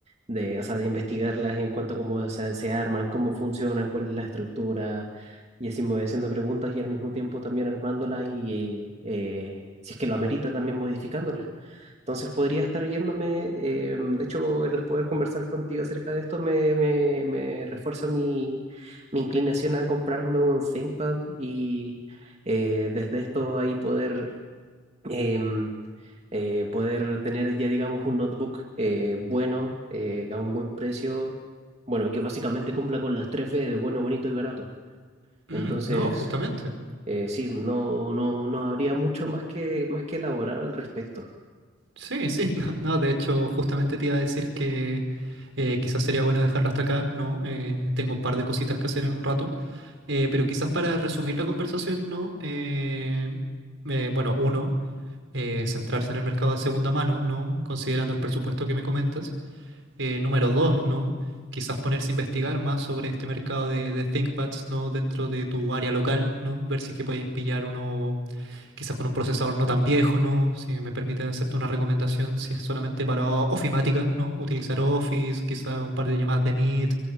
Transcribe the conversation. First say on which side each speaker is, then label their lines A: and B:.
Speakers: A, on the right (about 35°); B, on the right (about 75°).
A: de, o sea, de investigarlas en cuanto a cómo se, se arman, cómo funcionan, cuál es la estructura, y así me voy haciendo preguntas y al mismo tiempo también armándolas y, eh, eh, si es que lo amerita, también modificándolas. Entonces podría estar yéndome, eh, de hecho el poder conversar contigo acerca de esto me, me, me refuerza mi, mi inclinación a comprarme un ThinkPad y eh, desde esto ahí poder, em, eh, poder tener ya digamos un notebook eh, bueno, eh, a un buen precio, bueno, que básicamente cumpla con las tres B de bueno, bonito y barato.
B: Mm,
A: Entonces,
B: no, justamente.
A: eh, sí, no, no, no habría mucho más que, más que elaborar al respecto.
B: Sí, sí, <laughs> no, no, de hecho, justamente te iba a decir que eh, quizás sería bueno dejarlo hasta acá, ¿no? Eh, tengo un par de cositas que hacer en un rato. Eh, pero quizás para resumir la conversación, ¿no? Eh, eh, bueno, uno, eh, centrarse en el mercado de segunda mano, ¿no? Considerando el presupuesto que me comentas. Eh, número dos, ¿no? Quizás ponerse a investigar más sobre este mercado de, de ThinkPads, ¿no? Dentro de tu área local, ¿no? Ver si es que puedes pillar uno, quizás con un procesador no tan viejo, ¿no? Si me permite hacerte una recomendación, si es solamente para ofimática, ¿no? Utilizar Office, quizás un par de llamadas de Meet,